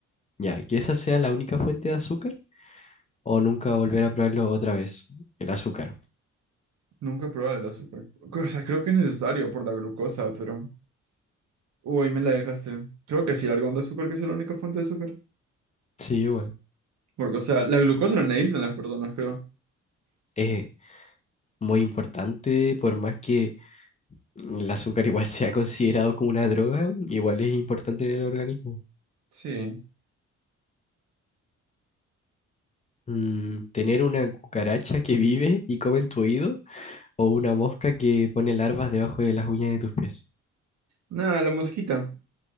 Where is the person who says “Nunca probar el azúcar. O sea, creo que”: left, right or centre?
Right